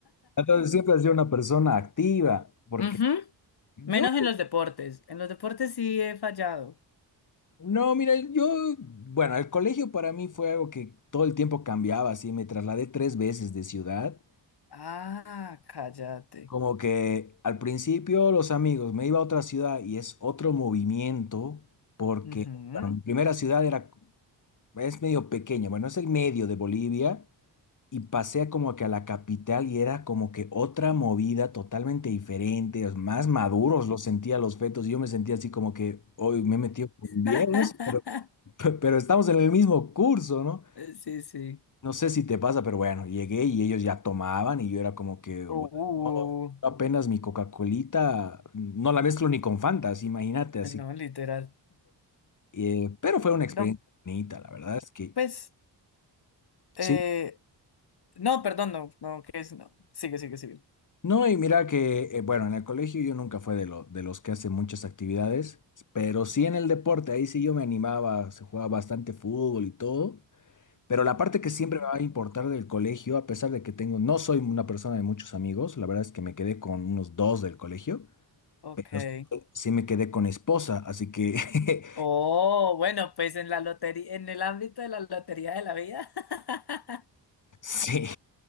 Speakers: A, on the left; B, on the left.
A: Entonces siempre has sido una persona activa, porque
B: Ujú.
A: yo,
B: Menos en los deportes, en los deportes sí he fallado.
A: no, mira, yo, bueno, el colegio para mí fue algo que todo el tiempo cambiaba, así me trasladé tres veces de ciudad.
B: Ah, cállate.
A: Como que al principio los amigos, me iba a otra ciudad y es otro movimiento porque,
B: Ujú.
A: bueno, mi primera ciudad era, es medio pequeña, bueno, es el medio de Bolivia y pasé como que a la capital y era como que otra movida totalmente diferente, es más maduros los sentía los fetos y yo me sentía así como que hoy me he metido con viejos,
B: <laughs>
A: pero, <laughs> pero estamos en el mismo curso, no
B: Sí, sí.
A: no sé si te pasa, pero bueno, llegué y ellos ya tomaban y yo era como que, "What?
B: Uh.
A: No, yo apenas mi Coca-Colita, no la mezclo ni con Fanta, así, imagínate, así.
B: No, literal.
A: eh, pero fue una experiencia
B: No,
A: bonita, la verdad es que
B: pues, eh,
A: sí.
B: no, perdón, no, no, que es, no. Sigue, sigue, sigue.
A: No, y mira que, eh, bueno, en el colegio yo nunca fue de, lo, de los que hacen muchas actividades, pero sí en el deporte, ahí sí yo me animaba, se jugaba bastante fútbol y todo, pero la parte que siempre
B: Mm,
A: me va a importar del colegio, a pesar de que tengo, no soy una persona de muchos amigos, la verdad es que me quedé con unos dos del colegio.
B: Ok.
A: pero sí sí me quedé con esposa, así que
B: Oh, bueno, pues en la lotería, en el ámbito de la lotería de la vida. <laughs>
A: <laughs> sí.